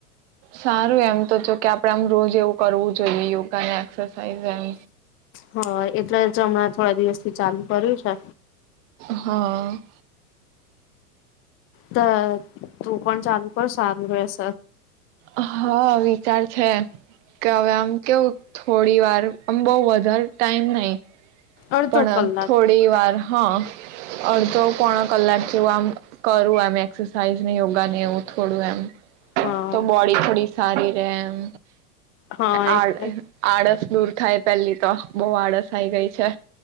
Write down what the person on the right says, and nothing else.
સારું એમ તો જો કે આપડે આમ રોજ એવું કરવું જોઈએ યોગા ને એક્સરસાઇઝ એમ
હ..
હ વિચાર છે કે હવે આમ કેવું થોડી વાર આમ બઉ વધારે ટાઈમ નહી
પણ
થોડી વાર હ અડધો પોણા કલાક જેવું આમ કરું એમ એક્સરસાાઈઝ ને યોગા ને એવું થોડું એમ
તો બોડી થોડી સારી રે એમ
આડ
આળસ દૂર થાય પહેલી તો બહુ આળસ આઈ ગઈ છે